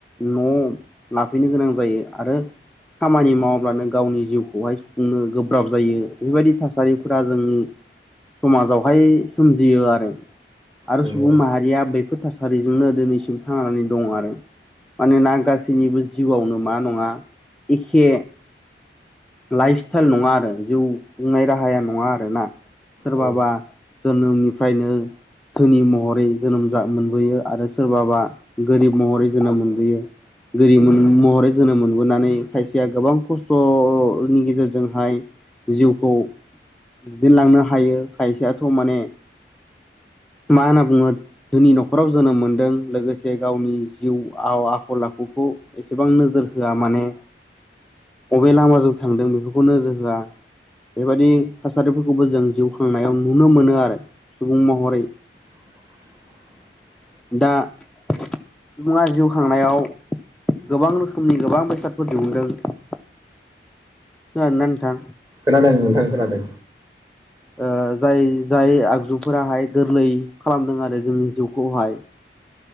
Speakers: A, in the centre; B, on the right (about 20°).
A: न' लाफैनो गोनां जायो आरो खामानि मावाब्लानो गावनि जिउखौहाय सुफुंनो गोब्राब जायो बेफोरबायदि थासारिफोरा जोंनि समाजावहाय सोमजियो आरो आरो
B: नंगौ
A: सुबुं माहारिया बैफोर थासारिजोंनो दिनैसिम थांनानै दङ आरो मानोना गासैनिबो जिउआवनो मा नङा एखे लाइफ स्टाइल नङा आरो जिउ खुंनाय राहाया नङा आरोना सोरबाबा
B: औ
A: जोनोमनिफ्रायनो धोनि महरै जोनोम मोनबोयो आरो सोरबाबा गोरिब महरै जोनोम मोनबोयो गोरिब महरै जोनोम मोनबोनानै खायसेया गोबां खस्थ' नि गेजेरजोंहाय जिउखौ दैदेनलांनो हायो खायसेयाथ' माने मा होनना बुङो धोनि नखराव जोनोम मोनदों लोगोसे गावनि जिउ आव आखल आखुखौ एसेबां नोजोर होआ माने बबे लामाजों थांदों बेफोरखौ नोजोर होआ बेबायदि थासारिफोरखौबो जों जिउ खांनायाव नुनो मोनो आरो सुबुं महरै
B: <inaudible>
A: दा सुबुङा जिउ खांनायाव गोबां रोखोमनि गोबां बेसादफोर दिहुनदों खोनादों ना नोंथां
B: खोनादों नोंथां खोनादों
A: ओ जाय जायहाय आगजुफोराहाय गोरलै खालामदों आरो जोंनि जिउखौहाय